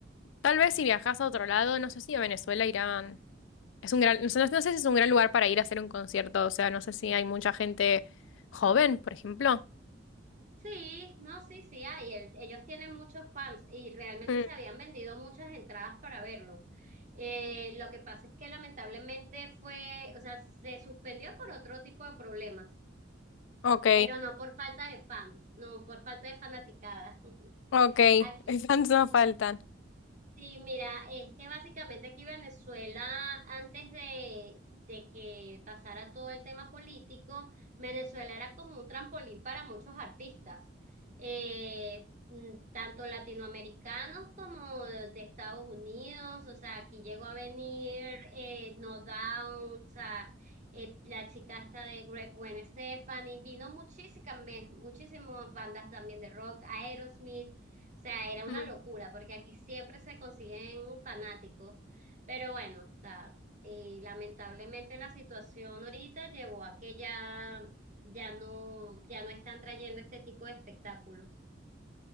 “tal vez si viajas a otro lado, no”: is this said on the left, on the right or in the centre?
Left